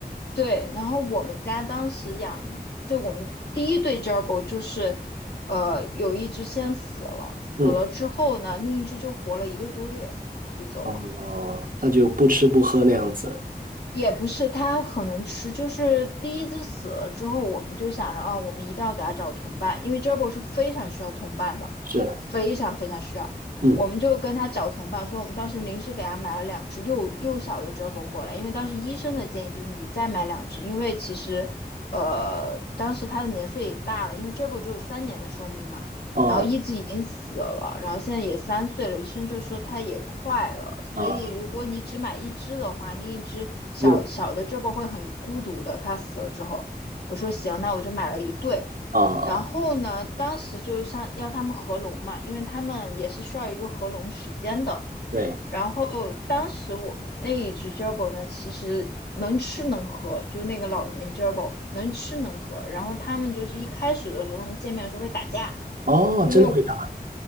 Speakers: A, on the left (about 80°); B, on the right (about 55°).
A: 对，然后我们家当时养，就我们第一对 gerbil 就是，呃，有一只先死了，死了之后呢，
B: 嗯，
A: 另一只就活了一个多月就走了。
B: 哦，它就不吃不喝那样子。
A: 也不是，它很能吃。就是第一只死了之后，我们就想着啊，我们一定要给它找同伴，因为 Gerbil 是非常需要同伴的，
B: 是，
A: 非常非常需要。
B: 嗯，
A: 我们就跟他找同伴，所以我们当时临时给他买了两只幼幼小的 Gerbil 过来，因为当时医生的建议就是你再买两只，因为其实，呃，当时它的年岁也大了，因为 Gerbil 只有三年的寿命嘛。
B: 哦，
A: 然后一只已经死了，然后现在也三岁了，医生就说它也快了，所以如果你只买一只的话，
B: 啊，
A: 另一只小小的
B: 又
A: g e r b i 会很孤独的，它死了之后，我说行，那我就买了一对，
B: 啊啊，
A: 然后呢，当时就像要他们合笼嘛，因为他们也是需要一个合笼时间的，
B: 对，
A: 然后当时我们那一只 j e r b o 呢，其实能吃能喝，就是那个老年 j e r b o 能吃能喝，然后他们就是一开始的时候，他们见面的时候会打架。
B: 哦，
A: 因为。
B: 真的会打，